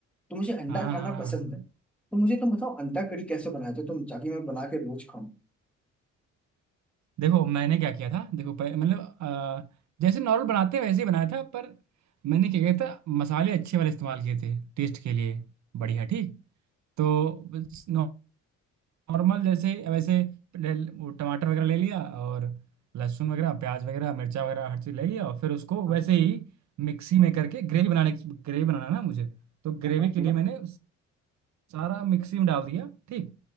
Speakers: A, in the centre; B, on the right.
A: तो मुझे अंडा
B: हाँ
A: खाना
B: हाँ
A: पसंद
B: हाँ।
A: है तो मुझे तुम बताओ अंडा कड़ी कैसे बनाते हो तुम ताकि मैं बना के रोज खाऊं
B: देखो मैंने क्या किया था देखो पह- मतलब अ, जैसे नॉर्मल बनाते हैं वैसे ही बनाया था पर मैंने क्या किया था मसाले अच्छे वाले इस्तेमाल किए थे टेस्ट के लिए बढ़िया ठीक तो नॉर्मल जैसे वैसे ले- वो टमाटर वगैरह ले लिया और लहसुन वगैरह प्याज वगैरह मिर्चा वगैरह हर चीज़ ले लिया और फिर उसको
A: हाँ
B: वैसे ही मिक्सी में करके ग्रेवी बनाने ग्रेवी बनाना है ना मुझे तो
A: हाँ
B: ग्रेवी
A: हाँ,
B: के
A: पूरा
B: लिए मैंने सारा मिक्सी में डाल दिया ठीक